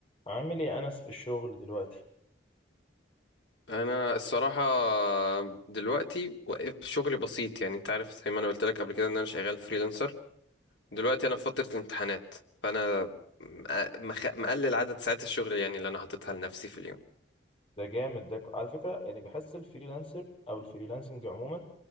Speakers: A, on the left; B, on the left.
A: عامل ايه يا انس في الشغل دلوقتي
B: انا الصراحه دلوقتي وقف شغلي بسيط يعني انت عارف زي ما انا قلت لك قبل كده ان انا شغال فريلانسر دلوقتي انا في فتره الامتحانات فانا مق- مخ- مقلل عدد ساعات الشغل يعني اللي انا حاططها لنفسي في اليوم
A: ده جامد ده على فكره يعني بحس الفريلانسر او الفريلانسنج عموما